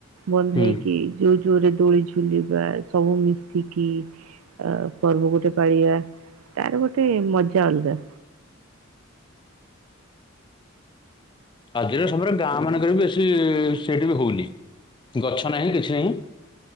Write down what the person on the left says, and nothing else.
ହୁଁ
ଆଜିର ସମୟରେ ଗାଁ ମାନଙ୍କରେ ବି ବେଶୀ, ସେଇଠି ବି ହଉନି। ଗଛ ନାହିଁ କିଛି ନାହିଁ।